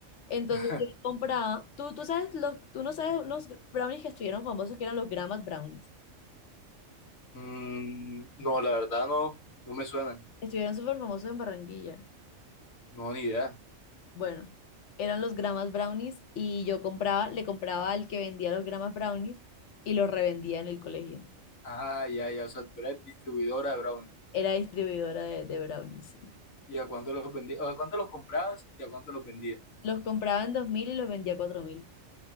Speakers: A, on the left; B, on the left.
A: Entonces
B: <laughs>
A: yo compraba, tú, tú sabes, los, tú no sabes los brownies que estuvieron famosos, que eran los gramas brownies.
B: Mm, no, la verdad no, no me suenan.
A: Estuvieron súper famosos en Barranquilla.
B: No, ni idea.
A: Bueno, eran los gramas brownies y yo compraba, le compraba al que vendía los gramas brownies y los revendía en el colegio.
B: Ah, ya, ya. O sea, tú eres distribuidora de Brownie.
A: Era distribuidora de, de brownies, sí.
B: ¿Y a cuánto los vendías? ¿A cuánto los comprabas y a cuánto los vendías?
A: Los compraba en 2.000 y los vendía a cuatro mil